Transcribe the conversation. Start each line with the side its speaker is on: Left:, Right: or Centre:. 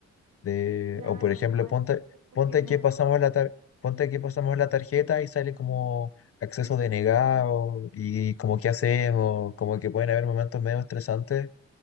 Left: de,
Right: Claro,
Left: o por ejemplo,
Right: igual
Left: ponte,
Right: es, es posible.
Left: ponte que pasamos la tar- ponte que pasamos la tarjeta y sale como acceso denegado y como qué hacemos, como que pueden haber momentos medio estresantes